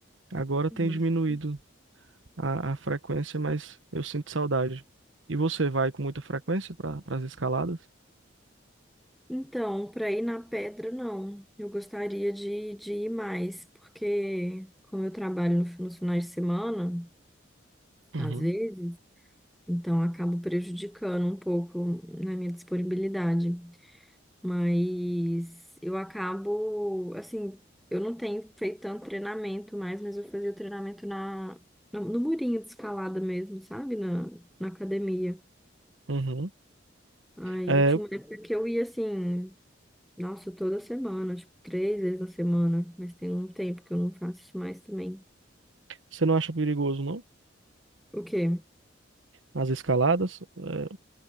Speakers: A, on the right; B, in the centre.
A: Agora
B: bastante.
A: tem diminuído a, a frequência, mas eu sinto saudade. E você vai com muita frequência para as escaladas?
B: Então, para ir na pedra, não. Eu gostaria de, de ir mais, porque como eu trabalho no fi- nos finais de semana,
A: Uhum.
B: às vezes, então acabo prejudicando um pouco na minha disponibilidade. Mas eu acabo, assim, eu não tenho feito tanto treinamento mais, mas eu fazia o treinamento na, no, no murinho de escalada mesmo, sabe? Na, na academia.
A: Uhum.
B: Aí
A: É,
B: tinha uma época que eu ia assim, nossa, toda semana, tipo, três vezes na semana, mas tem um tempo que eu não faço isso mais também.
A: você não acha perigoso, não?
B: O quê?
A: As escaladas? É,